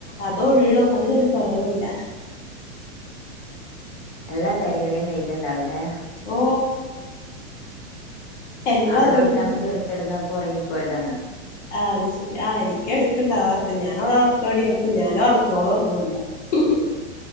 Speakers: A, on the left; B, on the left.
A: അതോ ഉള്ളു അതിനൊരു കൊറവുല്ല
B: എല്ലാ തരികിടയും കയ്യിലുണ്ട് അതു പിന്നെ
A: ഓ എല്ലാതുണ്ട്
B: അവള് ഉറക്കാൻ വേണ്ടി ഒർ കിടന്നപ്പോ ഉറങ്ങിപ്പോയതാണ്
A: ആഅത് ശരി ആ എനിക്ക് എടക്ക്‌ ണ്ടാവാറുണ്ട് ഞാന വളെ ഉറക്കാൻ വേണ്ടി കിടക്കും ഞാനോറങ്ങു അവള് ഉറങ്ങൂല്ല <unintelligible>